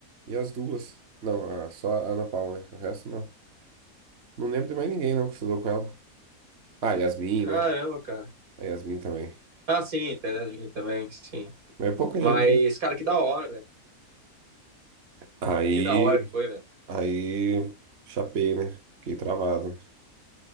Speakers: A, on the right; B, on the right.
A: e as duas. Não, a- só a Ana Paula, né? O resto não. Não lembro de mais ninguém, não, que estudou com ela. Ah, Yasmin,
B: Caramba,
A: né?
B: cara.
A: A Yasmin também.
B: Ah, sim, internet também, sim.
A: Mas é pouca
B: Mas,
A: gente, né?
B: cara, que da hora, velho.
A: Aí,
B: Que da hora que foi, velho.
A: aí, chapei, né? Fiquei travado, né?